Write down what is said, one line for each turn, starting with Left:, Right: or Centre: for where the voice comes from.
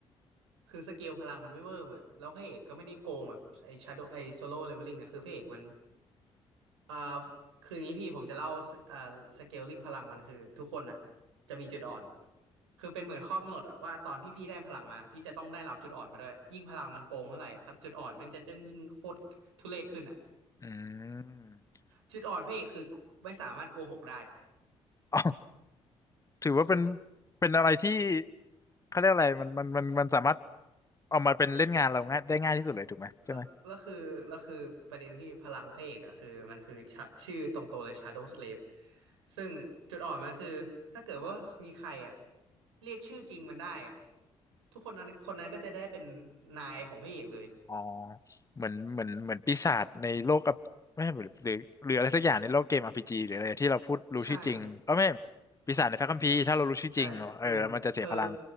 Right: คือสเกลพลังมันไม่เวอร์เหมือนแล้วพระเอกก็ไม่ได้โกงแบบไอ้ชาโดไอ้โซโล่เลเวลลิ่งอะคือพระเอกมันอ่าคืออย่างนี้พี่ผมจะเล่าสอ่าสเกลลิ่งพลังมันคือทุกคนอ่ะจะมีจุดอ่อน คือเป็นเหมือนข้อกำหนดอะว่าตอนพี่พี่ได้พลังมา พี่จะต้องได้รับจุดอ่อนมาด้วยยิ่งพลังมันโกงเท่าไหร่จุดอ่อนมันจะจึงยิ่งโคตรทุเรศขึ้นอะ
Left: อืม
Right: จุดอ่อนพระเอกคือไม่สามารถโกหกได้
Left: อ๋อถือว่าเป็นเป็นอะไรที่เขาเรียกอะไรมันมันมันมันสามารถเอามาเป็นเล่นงานเราง่ายได้ง่ายที่สุดเลยถูกไหมใช่ไหม
Right: แล้วแล้วคือแล้วคือประเด็นที่พลังพระเอกอะคือมันคือชะชื่อตรงตัวเลย Shadow Slave ซึ่งจุดอ่อนมันคือถ้าเกิดว่ามีใครอะเรียกชื่อจริงมันได้อะทุกคนนั้นคนนั้นก็จะได้เป็นนายของพระเอกเลย
Left: อ๋อเหมือนเหมือนเหมือนปีศาจในโลกอับไม่ใช่หรือหรือหรืออะไรสักอย่างในโลกเกม RPG หรืออะไรที่เราพูดรู้ชื่อจริงเออไม่
Right: ใช่ครับ
Left: ปีศาจในพระคัมภีร์ถ้าเรารู้ชื่อจริงเออมันจะเสียพลัง
Right: ใช่เออเพอ